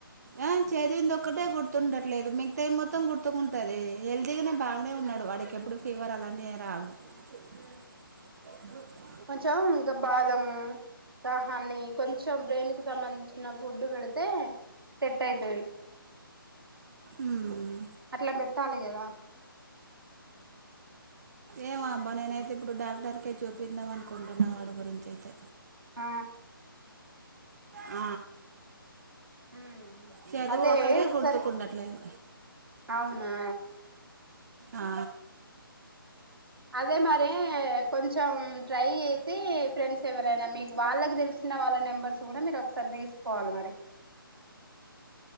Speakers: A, on the right; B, on the right.
A: ఆ చదివింది ఒకక్కటే గుర్తుండట్లేదు మిగతాం మొత్తం గుర్తుకుంటది హెల్తీగానే బాగానే ఉన్నాడు వాడికి ఇప్పుడు ఫీవర్ అలాంటి రాదు
B: ఉ
A: అ
B: కొంచెం గా బాదం మూ హాని కొంచెం బ్రెయిన్ కు సంబంధించిన ఫుడ్ పెడితే సెట్ అయితది
A: ఉమ్
B: అట్లా పెట్టాలి కదా
A: ఏమో అబ్బా నేనైతే ఇప్పుడు డాక్టర్కు చూపిద్దాం అనుకుంటున్నా వాడి గురించి అయితే
B: ఆ
A: ఆ
B: ఉ
A: చదువు
B: అదే
A: ఒకటే
B: ఒకసారి
A: గుర్తుకుండట్లేదు
B: అవునా
A: ఆ
B: అదే మరి కొంచెం ట్రై చేసి ఫ్రెండ్స్ ఎవరైనా మీకు వాళ్ళకి తెలుసు తెలిసిన వాళ్ళ నెంబర్స్ కూడా మీరు ఒకసారి తీసుకోవాలి మరి